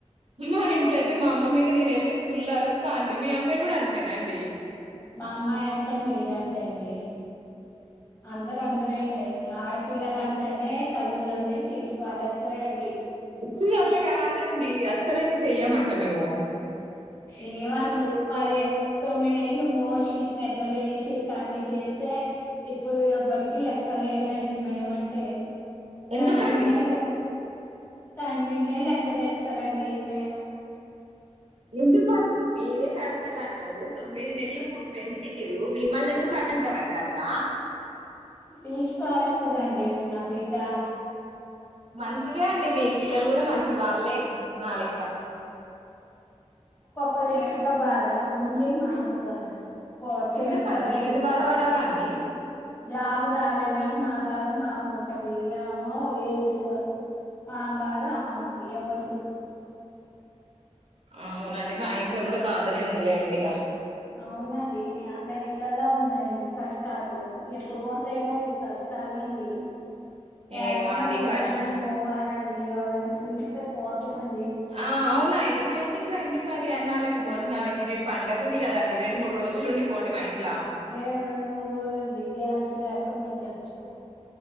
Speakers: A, on the right (about 60°); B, on the left (about 25°).
A: మా ఇంట్లో అయితే మా అమ్మ మీద నేనైతే ఫుల్ అరుస్తా అండి మీ అమ్మాయి గూడా అంతేనా అండి
B: మా అమ్మాయి అంతే మీరంటే అండి అందరు అందర అండి ఆడపిల్లలంటనే తల్లులని తీసి పారేస్తారండి
A: చి అట్లకాదండి అస్సలే చెయ్యం అట్ల మేము
B: ఏ అందు ప్పదే తొమ్మిదేళ్ళు మోషి పెద్దచేసి కని చేస్తే ఇప్పుడు ఎవ్వరికి లెక్కలేదు అదండి మేమంటే
A: ఎందుకండి
B: తండ్రీ నే తండ్రి నే లెక్క చేస్తారండి మే
A: ఎందుకు వ మీరే కడుపు ల గన్నరు తొమ్మిది నెల్లు పు పెంచిరు మిమ్మల్ని ఎందుకు అంటరండి అట్ల
B: తీసి పారేస్తదండి నా బిడ్డ
A: మంచిదే అండి మీ పిల్లలు కూడా మంచి చివాల్లె నాలేక్క
B: ఒకలు కనక బాధ ఉండి మాకు బాధ తిడుతదండి
A: ఎందుకండి మీరెందు బాధవడాలండి
B: జాబ్ రాలేదని మా బాధ మాకుంటది ఆమె ఏ ఏజ్ కోస్త ఆ బాధ ఆమెకి ఎవరు
A: అవునండి మా ఇంట్లో కూడ బాధనే ఉందిలే అండి ఇగ
B: అవునండి ఈ అందరి ఇళ్లలో ఉన్నాయండి కష్టాలు ఎప్పు పోతాయో ఈ కష్టాలండి యాడికన్న
A: ఏమో అండి
B: పొయ్యన్న
A: కష్టం
B: పోవారండి ఎవరైన పిలిస్తే పోతమండి
A: ఆ అవునా అయితే మా ఇంటికి రండి మరి అన్నాలకి భోజనాలకి రేపు పండగ ఉంది కద అండి రెండు మూడు రోజులు ఉండి పోండి మా ఇంట్ల
B: ఏ రెండు మూడు రోజుల అండి గ్యాస్ లేక మీందచ్చు